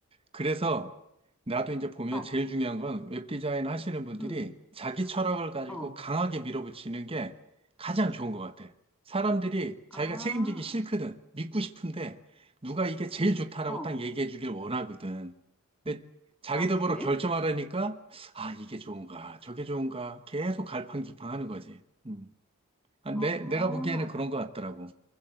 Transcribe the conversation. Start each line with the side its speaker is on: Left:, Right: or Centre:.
Right: 그래서 나도 이제 보면
Centre: 어,
Right: 제일 중요한 건 웹 디자인 하시는 분들이
Centre: 음,
Right: 자기 철학을 가지고
Centre: 어,
Right: 강하게 밀어붙이는 게 가장 좋은 것 같아. 사람들이 자기가
Centre: 아,
Right: 책임지기 싫거든. 믿고 싶은데 누가 이게 제일 좋다라고
Centre: 어,
Right: 딱 얘기해 주길 원하거든. 근데 자기들
Centre: 아, 그래?
Right: 보러 결정하려니까 아, 이게 좋은가, 저게 좋은가 계속 갈팡질팡 하는 거지. 음. 아, 내,
Centre: 어, 어,
Right: 내가 보기에는 그런 것 같더라고.